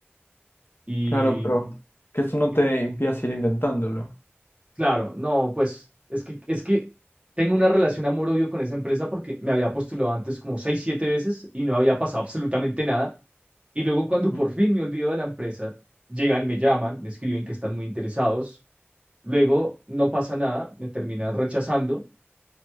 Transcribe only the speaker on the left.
claro, pero que eso no
te impida seguir intentándolo.
Ujú.